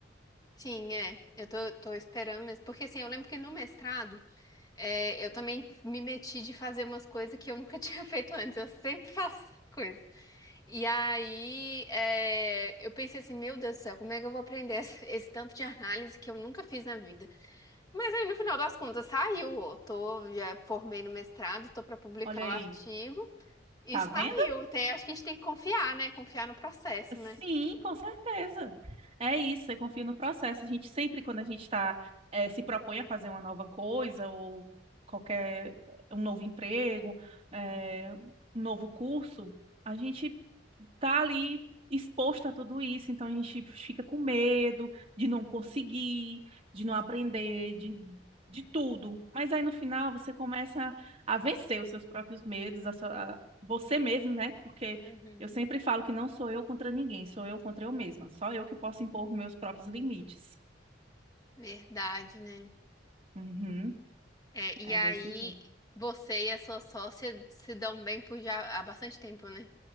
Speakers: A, on the left; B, on the right.
A: sim, é. Eu tô, tô esperando mesmo. Porque assim, eu lembro que no mestrado é, eu também me meti de fazer umas coisas que eu nunca <laughs> tinha feito antes. Eu sempre faço coisa. E aí, é, eu pensei assim, meu Deus do céu, como é que eu vou aprender esse, esse tanto de análise que eu nunca fiz na vida? Mas aí, no final das contas, saiu. Eu tô, já formei no mestrado, tô para publicar
B: Olha aí,
A: o artigo e
B: tá
A: saiu.
B: vendo?
A: Tem, acho que a gente tem que confiar, né? Confiar no processo,
B: Sim,
A: né?
B: com certeza. É isso, eu confio no processo. A gente sempre, quando a gente está, se propõe a fazer uma nova coisa ou qualquer eh, um novo emprego, eh, um novo curso, a gente tá ali exposto a tudo isso, então a gente fica com medo de não conseguir, de não aprender, de, de tudo. Mas aí no final você começa a vencer os seus próprios medos, a sua- a- você mesmo, né? Porque
A: Uhum.
B: eu sempre falo que não sou eu contra ninguém, sou eu contra eu mesma. Só eu que posso impor meus próprios limites.
A: Verdade, né?
B: Uhum,
A: É, e
B: é
A: aí,
B: desse jeito.
A: você e a sua sócia se dão bem por já há bastante tempo, né?